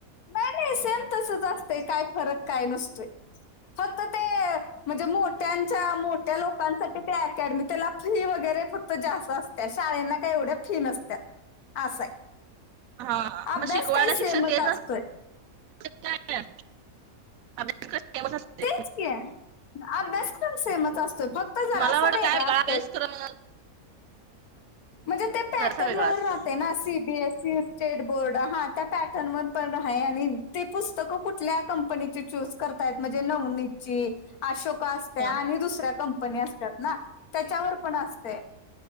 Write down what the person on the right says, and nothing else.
हा मग
शिकवायला
शिक्षक तेच
असतात अभ्यासक्रम असते.
मला वाटत
अभ्यासक्रम.
जरासा वेगळा असतो
ह.